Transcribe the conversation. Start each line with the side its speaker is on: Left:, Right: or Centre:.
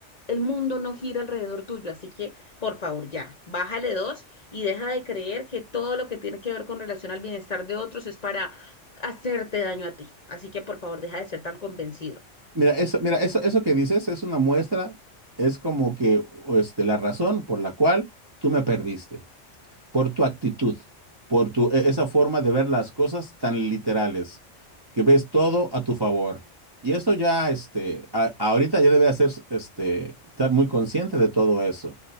Left: el mundo no gira alrededor tuyo. Así que, por favor, ya, bájale dos y deja de creer que todo lo que tiene que ver con relación al bienestar de otros es para hacerte daño a ti. Así que por favor, deja de ser tan convencido.
Right: Mira, eso, mira, eso, eso que dices es una muestra, es como que este, la razón por la cual tú me perdiste. por tu actitud, por tu, e- esa forma de ver las cosas tan literales, que ves todo a tu favor. Y esto ya, este, a- ahorita ya debe hacer, este, estar muy consciente de todo eso.